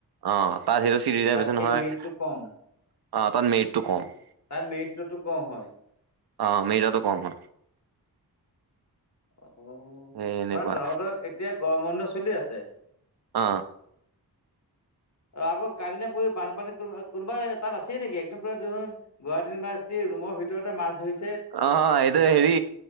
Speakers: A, on the right (about 85°); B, on the left (about 45°).
A: অ তাত সেইটো ছিট ৰিজাৰ্ভভেচন
B: তাত সেই
A: হয়
B: মেৰিটটো
A: অ
B: কম
A: তাত মেৰিটটো কম।
B: তাৰ মেৰিটটো কম হয়।
A: অ মেৰিটোটো কম হয়।
B: অ,
A: সেই এনেকুৱা
B: অ তহঁতৰ এতিয়া গৰম বন্ধ চলি আছে।
A: অ।
B: আকৌ কালি নে পৰহি বানপানী কোনা-কোনোবা তাত আছেই নেকি একদম পুৰা দূৰৰ। গুৱাহাটী ইউভাৰ্চিটিৰ ৰুমৰ ভিতৰতে মাছ ধৰিছ
A: অ এইটো হেৰি।